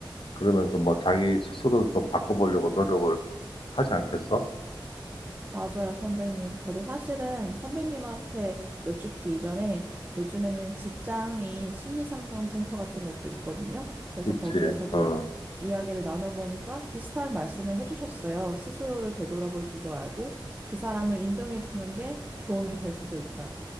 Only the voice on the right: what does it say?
맞아요, 선배님. 저도 사실은 선배님한테 여쭙기 이전에 요즘에는 직장인 심리상담센터 같은 것도 있거든요. 그래서
거기에서도
이, 이야기를 나눠보니까 비슷한 말씀을 해주셨어요. 스스로를 되돌아볼 줄도 알고 그 사람을 인정해주는 게 도움이 될 수도 있다.